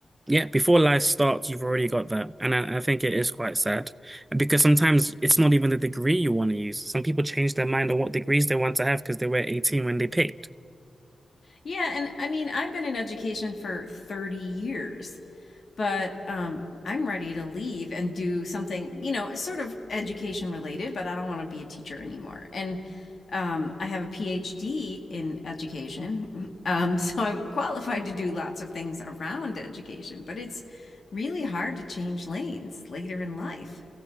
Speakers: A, on the right; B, on the left.
A: Yeah, before life starts, you've already got that. And I, I think it is quite sad because sometimes it's not even the degree you want to use. Some people change their mind on what degrees they want to have because they were 18 when they picked.
B: Yeah, and I mean, I've been in education for 30 years. but um, I'm ready to leave and do something, you know, it's sort of education related, but I don't want to be a teacher anymore. And um, I have a PhD in education, <laughs> um, so I'm qualified to do lots of things around education, but it's really hard to change lanes later in life.